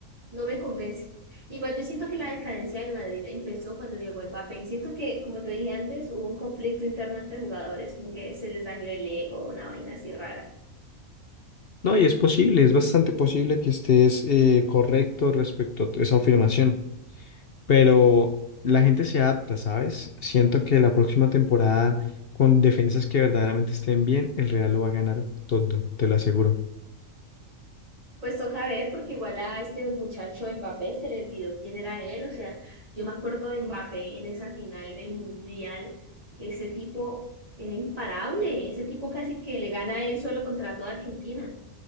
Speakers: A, on the right (about 25°); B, on the left (about 50°).
A: no me convence. Igual yo siento que la decadencia del Madrid empezó cuando llegó Mbappé y siento que, como te dije antes, hubo un conflicto interno entre jugadores, como que se les dañó el ego, una vaina así rara.
B: No, y es posible, es bastante posible que estés eh, correcto respecto a esa afirmación, pero la gente se adapta, ¿sabes? Siento que la próxima temporada, con defensas que verdaderamente estén bien, el Real lo va a ganar todo, te lo aseguro.
A: Pues toca ver, porque igual a este muchacho Mbappé se le olvidó quién era él, o sea, yo me acuerdo de Mbappé en esa final del Mundial, ese tipo era imparable, ese tipo casi que le gana a él solo contra toda Argentina.